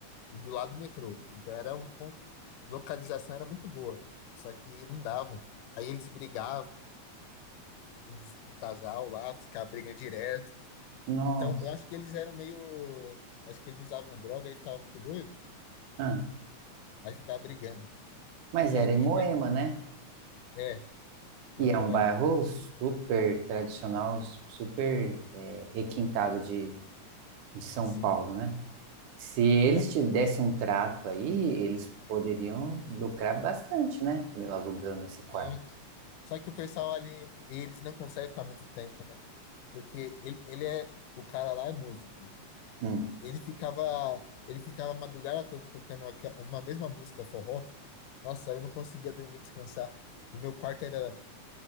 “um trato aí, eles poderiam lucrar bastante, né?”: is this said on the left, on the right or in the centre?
Right